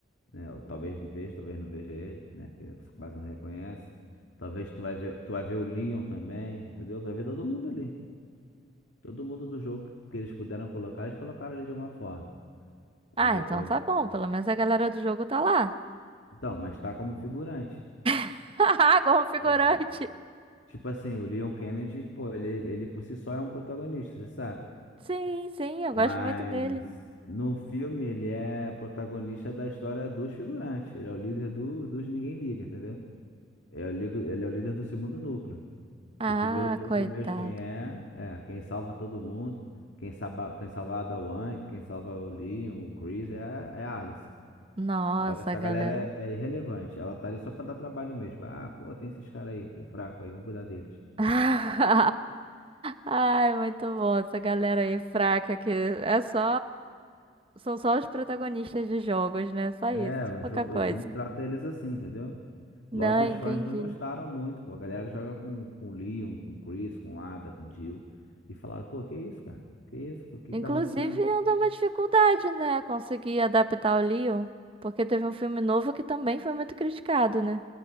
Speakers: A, on the left; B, on the right.
A: né? Eu talvez veja, talvez não veja ele, né? Porque quase não reconhece. Talvez tu vai ver, tu vai ver o Leon também, entendeu? Tu vai ver todo mundo ali. Todo mundo do jogo que eles puderam colocar, eles colocaram ali de alguma forma, em
B: Ah,
A: decorrer.
B: então tá
A: do-
B: bom. Pelo menos a galera do jogo tá lá.
A: Então, mas tá como figurante.
B: <laughs> Haha, como figurante.
A: Uhum. Tipo assim, o Leon Kennedy, pô, ele, ele por si só é um protagonista, você sabe?
B: Sim, sim, eu
A: Mas
B: gosto muito dele.
A: no filme ele é protagonista da história dos figurantes. Ele é o líder do, dos Ninguém Liga, entendeu? Ele é o, ligo- ele é o líder do segundo núcleo.
B: Ah,
A: Do primeiro núcleo
B: coitado.
A: mesmo, quem é, é quem salva todo mundo. Quem salva, quem salva a Ada Wong, quem salva o Leon, o Chris, é, a- é a Alice.
B: Nossa,
A: Logo, essa
B: galera.
A: galera é, é irrelevante. Ela tá ali só pra dar trabalho mesmo. Ah, pô, tem esses caras aí, pô, fraco aí, vamos cuidar deles.
B: <laughs> Ai, muito bom. Essa galera aí fraca que é só. São só os protagonistas de jogos, né? Só isso.
A: É, o,
B: Pouca
A: jo-
B: coisa.
A: o filme trata eles assim, entendeu? Logo,
B: Não,
A: os
B: entendi.
A: fãs não gostaram muito, pô. A galera joga com, com o Leon, com o Chris, com o Ada, com o Jill. E falaram, pô, que isso, cara? Que isso? O que
B: Inclusive,
A: que tá acontecendo?
B: anda uma dificuldade, né? Conseguir adaptar o Leon. Porque teve um filme novo que também foi muito criticado, né?